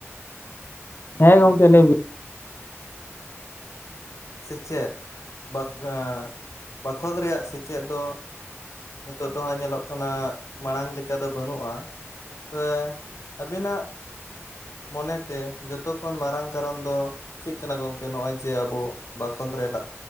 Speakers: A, on the left (about 50°); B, on the left (about 85°).
A: ᱦᱮᱸ ᱜᱚᱝᱠᱮ ᱞᱟᱹᱭ ᱵᱤᱱ
B: ᱥᱮᱪᱮᱫ ᱵᱟᱠ ᱮᱜᱸ ᱵᱟᱠᱷᱚᱞ ᱨᱮᱭᱟᱜ ᱥᱮᱪᱮᱫ ᱫᱚ ᱱᱤᱛᱚᱜ ᱫᱚ ᱦᱟᱸᱜ ᱧᱮᱞᱚᱜ ᱠᱟᱱᱟ ᱢᱟᱲᱟᱝ ᱞᱮᱠᱟ ᱫᱚ ᱵᱟᱹᱱᱩᱜᱼᱟ ᱛᱮ ᱟᱹᱵᱤᱱᱟᱜ ᱢᱚᱱᱮᱛᱮ ᱡᱚᱛᱚ ᱠᱷᱚᱱ ᱢᱟᱨᱟᱝ ᱠᱟᱨᱚᱱ ᱫᱚ ᱪᱮᱫ ᱠᱟᱱᱟ ᱜᱚᱝᱠᱮ ᱱᱚᱜᱼᱚᱭ ᱡᱮ ᱟᱵᱚ ᱵᱟᱠᱷᱚᱞ ᱨᱮᱞᱟᱫ